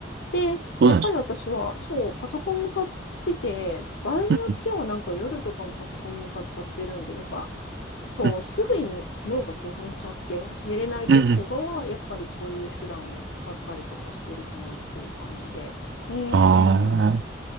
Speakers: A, on the left; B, on the right.
A: で、
B: そうなんです
A: やっぱり私は、そう、パソコン向かってて、場合によってはなんか夜とかもパソコン向かっちゃってるんで、
B: ね。うん
A: やっぱ、そう、
B: うん
A: すぐに脳が興奮しちゃって、寝れない時とかは、
B: うんうん。
A: やっぱりそういう手段を使ったりとかしてるかなっていう感じで。うーん、
B: ああ、